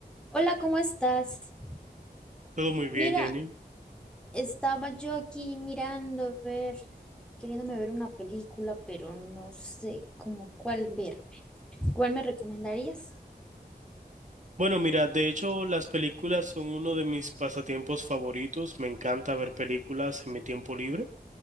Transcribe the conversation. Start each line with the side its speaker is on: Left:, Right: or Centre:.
Centre: Hola, ¿cómo estás?
Right: Todo muy bien,
Centre: Mira,
Right: Jenny.
Centre: estaba yo aquí mirando, a ver, queriéndome ver una película, pero no sé cómo cuál verme. ¿Cuál me recomendarías?
Right: Bueno, mira, de hecho, las películas son uno de mis pasatiempos favoritos. Me encanta ver películas en mi tiempo libre.